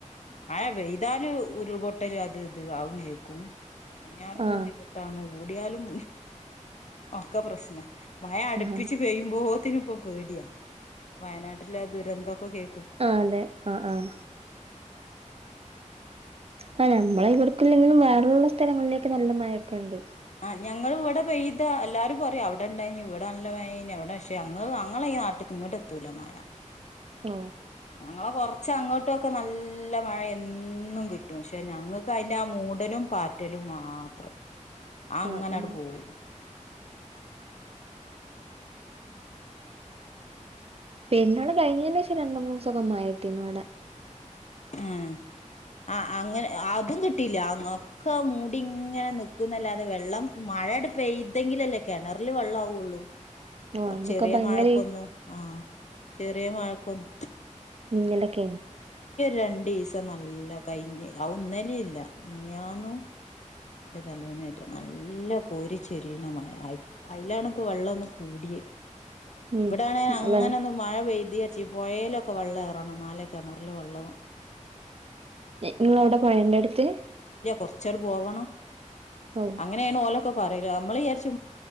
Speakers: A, on the left; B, on the right.
A: മഴ വെയ്താല് ഒരുൾ പൊട്ടല് അത് ഇത് ആകും കേക്കും കുറഞ്ഞാലും
B: ആ
A: ബുദ്ധിമുട്ടാണ് ഓടിയാലും ഒക്കെ പ്രശ്ന മഴ അടുപ്പിച്ച്
B: ആ
A: പെയ്യുമ്പോത്തിനും ഇപ്പൊ പേടിയാ വയനാട്ടിലെ ദുരന്തമൊക്കെ കേ
B: ആ അല്ലെ ആഹ ആഹ ആ നമ്മളെ ഇവിടുക്കല്ലെങ്കിലും വേറള്ള സ്ഥലങ്ങളിലൊക്കെ നല്ല മഴൊക്കെ ഉണ്ട്
A: ആ്ഞങ്ങള്ൾ ഇവിടെ പെയ്ത എല്ലാരും പറയും അവിടെണ്ടായി ഇവിടെല്ല എവിടെ പക്ഷെ അ അ നാട്ടക്ക് ഇങ്ങോട്ട എത്തൂല മ
B: ഓ
A: ഞങ്ങളെ കൊറച്ച അങ്ങോട്ടുമൊക്കെ നല്ല മഴ എന്നും കിട്ടും പക്ഷെ ഞങ്ങൾക്ക് അതിന്റെ ആ മ മൂടലും പാറ്റലും മാത്രം
B: <unintelligible>
A: അങ്ങനെട്
B: ആഹ്
A: പോവങ്ങ
B: പിന്നോാണ് കഴിഞ്ഞന് പേഷം രണ്ട മൂന്ന് ദിവസകമായിട്ടീന്നോടെ
A: ഉ ആ അങ്ങനെ അതും കിട്ട അങ്ങൊക്കെ മൂടിങ്ങനെ നക്കുന്നല്ലാതെ വെള്ളം മഴ പെയ്തെങ്കിലല്ലേ കിണർ അതില് വെള്ള ആാവുള്ളൂ
B: ഓഹ്
A: കൊറ
B: അന്നൊക്കെ
A: ചെറിയ
B: ഭയങ്കര
A: മഴക്കൊന്നു
B: ഇ
A: ആഹ ചെറിയ മഴക്കൊന്നു
B: മ നിലക്ക
A: രണ്ടു ദിവസം നല്ല കഴിഞ്ഞഞ് ആ ഒന്നല ഇല്ല ഇനിയന്നു എന്റെ തലമേന്ന്റ്റോ നല്ല കോരി ചൊരിീണമായ അതിലാണ ഇപ്പോൊ വെള്ളമൊന്നും കൂടി
B: ഉം
A: ഇവിടെണെ അങ്ങനെ
B: വെ
A: ഒന്ന്ും മഴ പെയ്ുതി വെച്ച പുഴലൊക്കെ വെള്ളംേറണം നാല കിണറില് വെള്ളവും
B: നിങ്ങ എവിടെ പോയ എൻന്റെ അടുത്ത്
A: കുറച്ചടി പോവണംോ
B: ഓഹ്
A: അങ്ങനെയണ ഓല ക്ക പറയൂോ നമ്മൾ വിചരി